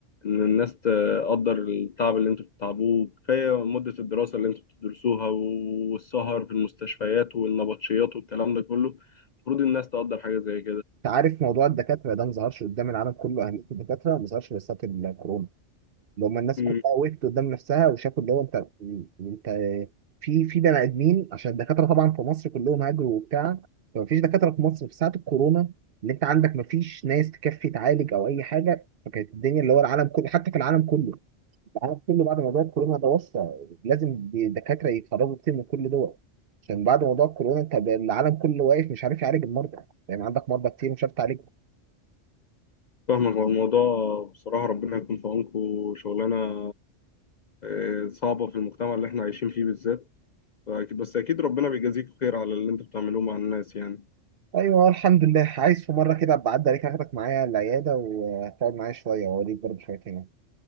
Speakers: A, on the left; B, on the right.
A: إن الناس تقدر التعب اللي انتوا بتتعبوه كفاية مدة الدراسة اللي انتوا بتدرسوها والسهر في المستشفيات والنبطشيات والكلام ده كله المفروض الناس تقدر حاجة زي
B: انت عارف موضوع الدكاتره ده ما ظهرش قدام العالم كله اهميه الدكاتره ما ظهرش غير ساعه الكورونا اللي هم الناس
A: كده
B: كلها وقفت قدام نفسها وشافوا اللي هو انت انت في في بني ادمين عشان الدكاتره طبعا في مصر كلهم هاجروا وبتاع فما فيش دكاتره في مصر في ساعه الكورونا اللي انت عندك ما فيش ناس تكفي تعالج او اي حاجه فكانت الدنيا اللي هو العالم كله حتى في العالم كله العالم كله بعد موضوع الكورونا ده وصل لازم دكاتره يتخرجوا كتير من كل دول عشان بعد موضوع الكورونا انت العالم كله واقف مش عارف يعالج المرضى يعني عندك مرضى كتير مش عارف تعالج
A: فاهمك هو الموضوع بصراحة ربنا يكون في عونكم شغلانة آه، صعبة في المجتمع اللي احنا عايشين فيه بالذات فأكيد- بس أكيد ربنا بيجازيكم خير على اللي انتوا بتعملوه مع الناس يعني
B: ايوه الحمد لله عايز في مره كده ابقى اعدي عليك اخدك معايا العياده وتقعد معايا شويه واوريك برضه شويه هنا